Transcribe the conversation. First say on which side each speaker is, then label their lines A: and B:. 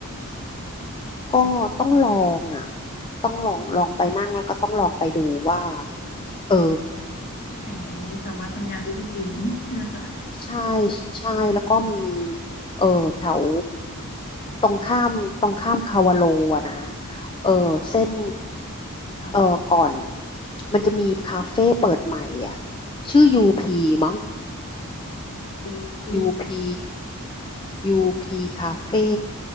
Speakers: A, on the left (about 20°); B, on the left (about 40°).
A: ๆก็ต้องลองอ่ะต้องลองลองไปนั่งแล้วก็ต้องลองไปดูว่าเออ
B: ๆที่ไหนสามารถทำงานได้จริงๆใช่ไหมคะ
A: ใช่ใช่ แล้วก็มีเออแถวตรงข้ามตรงข้ามคาวาโลอะนะ เออเส้น
B: ค่ะ
A: เออก่อน มันจะมีคาเฟ่เปิดใหม่อ่ะชื่อยูพีมั้ง
B: ดูพี่
A: ยูพียูพีคาเฟ่